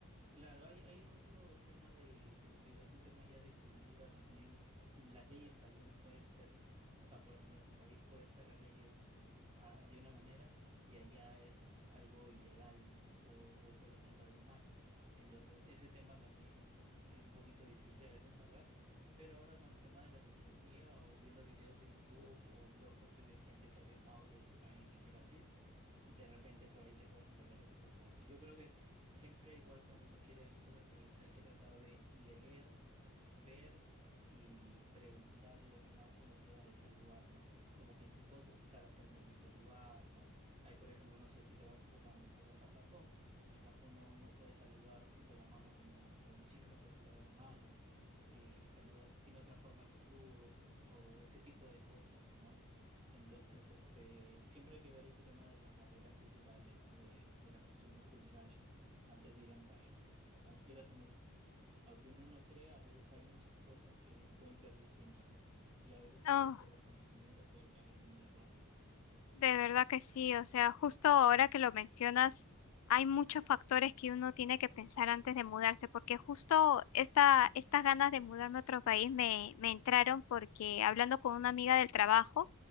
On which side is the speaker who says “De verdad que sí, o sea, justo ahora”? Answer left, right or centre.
Left